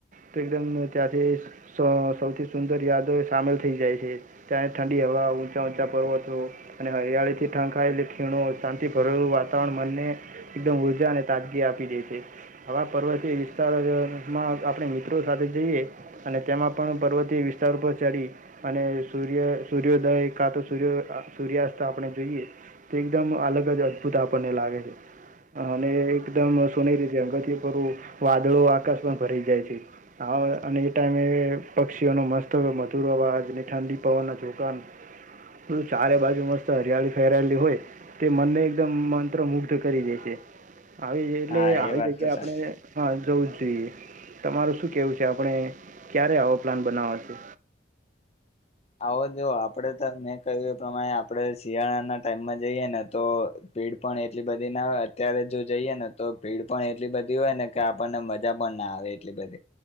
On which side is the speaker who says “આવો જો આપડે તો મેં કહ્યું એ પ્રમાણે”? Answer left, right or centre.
Left